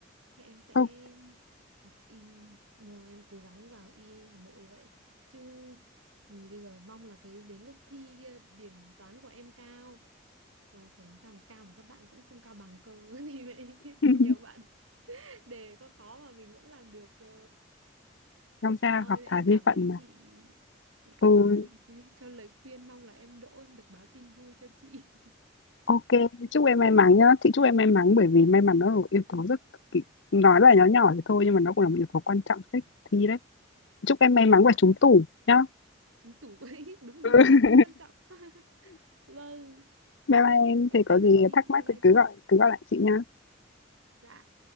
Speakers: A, on the right; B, on the left.
A: Thế em sẽ
B: không
A: học y vâng em cố gắng vào y Hà Nội vậy chứ thì bây giờ mong là cái đến lúc thi kia điểm toán của em cao mà phải làm sao mà cao mà các bạn cũng không cao bằng cơ <laughs> thì vậy
B: <laughs>
A: nhiều bạn đề có khó mà mình vẫn làm được cơ
B: tham gia
A: Ôi,
B: gặp thà
A: em
B: di
A: cảm
B: <laughs>
A: ơn
B: phận mà
A: chị em cảm
B: ừ
A: ơn chị chứ cho lời khuyên mong là em đỗ em được báo tin vui cho chị
B: ok chúc em may mắn nhá chị chúc em may mắn bởi vì may mắn nó là một yếu tố rất cực kỳ nói là nhỏ nhỏ thì thôi nhưng mà nó cũng là một yếu tố quan trọng cho cách thi đấy chúc em
A: <laughs>
B: may mắn
A: dạ
B: và trúng tủ nhá
A: trúng tủ <laughs> ấy đúng
B: <laughs>
A: đúng đúng rất quan trọng <laughs> vâng
B: bye bye em
A: em
B: thì
A: cảm
B: có gì
A: ơn chị
B: thắc mắc
A: bye bye
B: thì cứ
A: chị
B: gọi cứ gọi lại chị nha
A: Dạ.